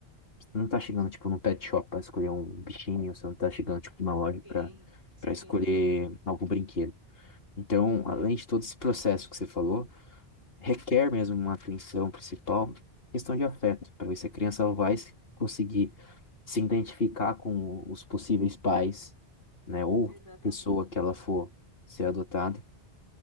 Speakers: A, on the left (about 65°); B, on the right (about 20°).
A: Você não tá chegando, tipo, num pet shop pra escolher um bichinho, você não tá chegando, tipo, numa loja
B: Sim,
A: pra,
B: sim,
A: pra escolher algum brinquedo. Então, além de todo esse processo que você falou, requer mesmo uma atenção principal, questão de afeto, pra ver se a criança vai conseguir se identificar com os possíveis pais, né, ou
B: exatamente.
A: pessoa que ela for ser adotada,